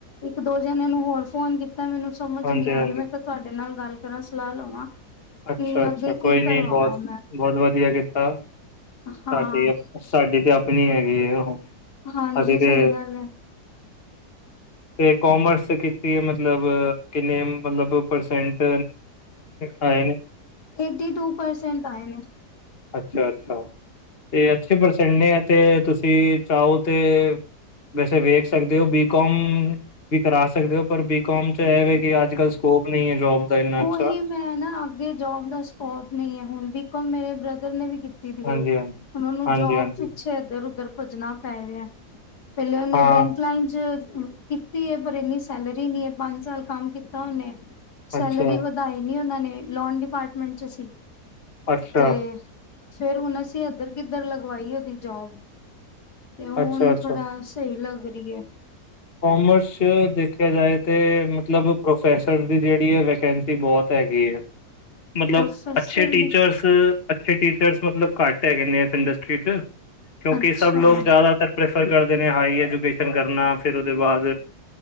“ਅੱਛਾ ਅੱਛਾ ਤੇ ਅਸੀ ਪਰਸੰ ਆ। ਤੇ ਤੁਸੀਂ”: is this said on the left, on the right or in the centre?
Left